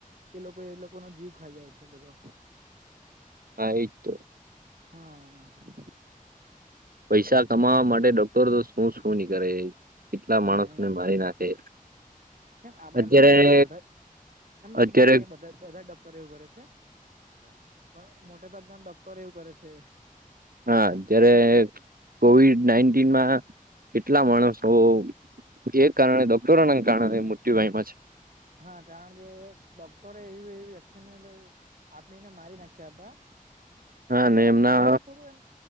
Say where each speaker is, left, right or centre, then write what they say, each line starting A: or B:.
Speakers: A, on the right (about 65°); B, on the right (about 80°).
A: એ લોકો એ લોકો નો જીવ ખાઈ જાય છે બધો
B: હા એતો
A: હા આ
B: પૈસા કમાવા માટે ડોક્ટરો દો કોણ શું નીકળે એય કેટલા
A: હા
B: માણસને મારી નાખે
A: આપળે
B: અત્યારે
A: એમ નથી કેતા કે બધા એમ નથી
B: અત્યારે
A: કેતા કે બધા બધાય ડોક્ટર એવું કરે છે. પણ મોટે ભાગના આમ ડોક્ટર એવું કરે છે.
B: હા જ્યારે કોવિડ નાઈન્ટીનમાં આ કેટલા માણસો કે કારણે ડોક્ટરો ના કારણે મુત્યુ પાયમાં છે.
A: હા કારણ કે ડોક્ટરો એવી એવી વેક્સિનને એવું આબીને મારી નાખ્યા હતા
B: હા અને
A: એવા
B: એમના
A: માણસ એમ થોડું એમ